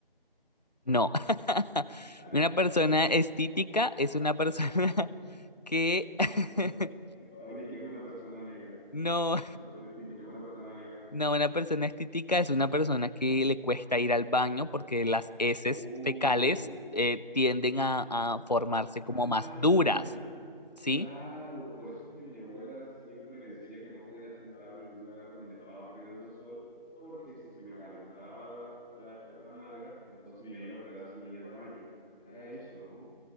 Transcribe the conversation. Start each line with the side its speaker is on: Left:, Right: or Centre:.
Left: No, <laughs>
Centre: <laughs>
Left: una persona estítica es una persona <laughs> que <laughs>
Centre: Anda. Ahora, ¿y qué es una persona negra?
Left: no,
Centre: Una persona estítica es una persona negra.
Left: no, una persona estítica es una persona que le cuesta ir al baño porque las heces
Centre: Oh.
Left: fecales eh, tienden a, a formarse
Centre: Ah,
Left: como más duras. Sí.
Centre: claro, por eso es que mi abuela siempre me decía que no podía sentarme en un lugar donde estaba pegando el sol, porque si se me calentaba la, la, la nalga, entonces me iba a quedar sin ir al baño. Era eso, ¿no?